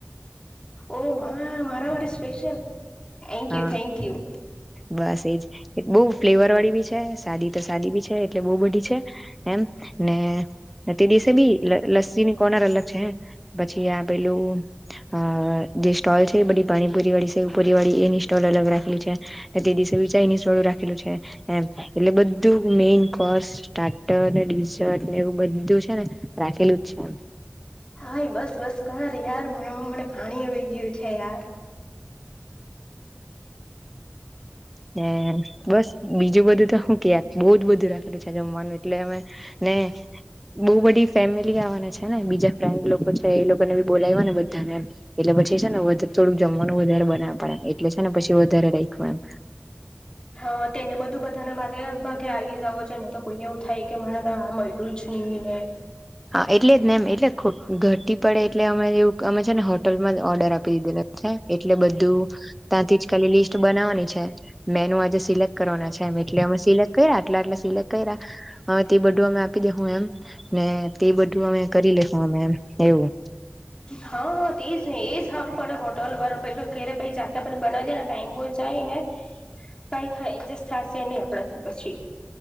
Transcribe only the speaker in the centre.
હા
બસ એજ બહુ ફ્લેવર વાળી બી છે સાદી તો સાદી બી છે એટલે બહુ બધી છે એમ ને તે દિવસે બી લ લસ્સીની કોનર અલગ છે પછી આ પેલું અ જે સ્ટોલ છે એ બધી પાણીપુરી વાળી છે પુરી વાળી એની સોલ અલગ રાખેલી છે તે દિવસે બી ચાઈની સ્ટોલ રાખેલું છે એમ એટલે બધું મે કિંગ કોસ્ટ સ્ટાર્ટર ડીસર્ટ ને એવું બધું છે ને રાખેલું જ છેમ.
ને બસ બીજું બધું તો શું કેય યાર બોજ બધું રાખેલું છે જમવાનું એટલે અમે ને બોવ બધી ફેમિલી આવવાને છે ને બીજા ફ્રેન્ડ લોકો છે એ લોકોને બી બોલાયવાને બધાને એમ એટલે પછી છે ને અજુ થોડુંક જમવાનું વધારે બનાવા પડે એમ એટલે છે ને પછી વધારે રાયખું એમ.
હા એટલે જ ને એમ એટલે ખો ઘટી પડે એટલે અમે એવું અમે છે ને હોટલમાં ઓર્ડર આપી દીધેલો. છે એટલે બધું ત્યાંથી જ ખાલી લિસ્ટ બનાવાની છે મેનુ આજે સિલેક્ટ કરવાના છે. એમ એટલે અમે સિલેક કયરા આટલા આટલા સિલેક્ટ કયરા અવે તે બધું અમે આપી દેહુ એમ ને તે બધું અમે કરી લેહુ અમે એમ એવું.
<inaudible>